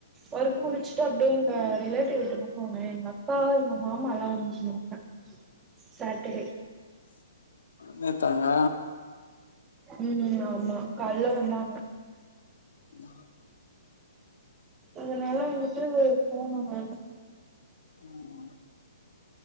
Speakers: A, on the right; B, on the left.
A: ஒர்க்கு முடிச் சு அப்டே எங்க ரிலேட்டிவ் வீட்டுக்கு போனே எங்க அக்கா எங்க மாமா எல்லா வந்துருந்தாங்க சாட்டடே
B: நேத்தாங்க
A: ம் ஆமா கால்ல வந்தாங்க
B: நா
A: அதனால வந்துட்டு சேரி போனோங்க
B: ம்